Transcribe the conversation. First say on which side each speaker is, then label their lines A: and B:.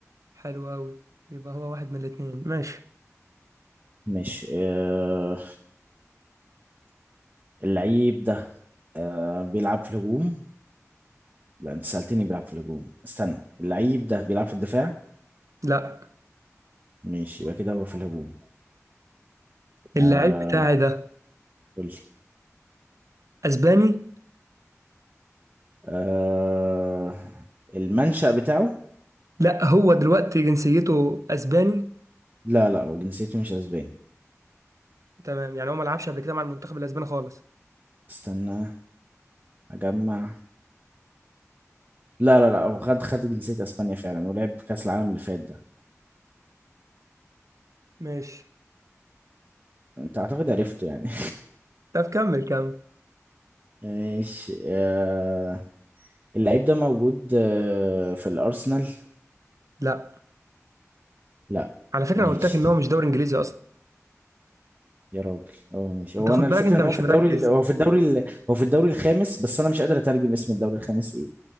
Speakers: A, on the right; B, on the right.
A: حلو أوي يبقى هو واحد من الاتنين ماشي
B: ماشي آه، اللعيب ده آه، بيلعب في الهجوم لا انت سألتني بيلعب في الهجوم استنى اللعيب ده بيلعب في الدفاع
A: لا
B: ماشي يبقى كده هو في الهجوم
A: اللاعب
B: آه
A: بتاعي ده
B: قول لي
A: اسباني
B: آه المنشأ بتاعه
A: لا هو دلوقتي جنسيته اسباني
B: لا لا هو جنسيته مش اسباني
A: تمام يعني هو ما لعبش قبل كده مع المنتخب الاسباني خالص
B: استنى اجمع لا لا لا هو خد خد جنسية اسبانيا فعلا ولعب كأس العالم اللي فات ده
A: ماشي
B: انت اعتقد عرفته يعني
A: طب كمل كمل
B: <laughs> ماشي آه اللعيب ده موجود آه في الارسنال
A: لا
B: لا
A: على فكرة
B: ماشي
A: انا قلت لك ان هو مش دوري انجليزي اصلا
B: يا راجل اه ماشي
A: انت
B: هو
A: خد
B: انا الفكره
A: بالك انت
B: ان
A: مش
B: هو في
A: مركز
B: الدوري ال- هو في الدوري ال- هو في الدوري الخامس بس انا مش قادر اترجم اسم الدوري الخامس ايه